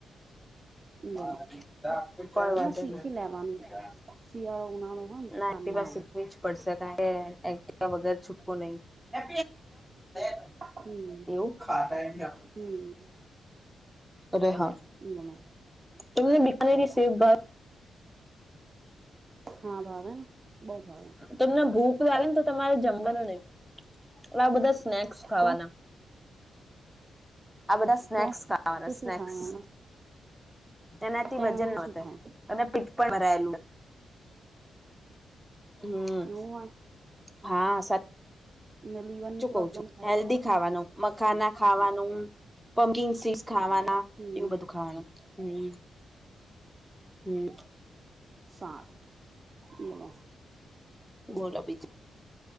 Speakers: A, in the centre; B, on the right.
A: <unintelligible>
B: બોલો ના શીખી લેવાનું શિયાળો ઉનાળો હોય ને તો
A: ના,
B: કામમાં
A: એક્ટિવા શીખવી
B: આવે
A: જ પડશે, કારણ કે વગર છુ નય <unintelligible>
B: હમ
A: એવું ખાતા એના.
B: હમ
A: અરે હા,
B: બોલો
A: તમને બીકાનરી સેવ ભાવે?
B: હા, ભાવે ને. બહુ ભાવે
A: તમને ભૂખ લાગે ને, તો તમારે જમવાનું નય, આ બધા સ નેક્સ ખાવાના.
B: તો
A: આ બધા સ્નેક્સ
B: તો
A: ખાવાના
B: તો શું
A: સ્નેક્સ.
B: થાય એમાં
A: એનાથી
B: તેનાથી
A: વજન વધે
B: શું થાય
A: અને પીટ પણ ભરાયેલું, હમ.
B: એવું હોય
A: હા, સાચું.
B: ને લીવરની
A: શું કહુ
B: પ્રોબ્લેમ
A: છુ,
B: થાય
A: હેલ્દી
B: તો
A: ખાવાનું મખાના ખાવાનું પમકિંગસિસ ખાવાના,
B: હમ
A: એવું બધું ખાવાનું, હમ. હમ
B: સારું, એ જ.
A: બોલો બીજું.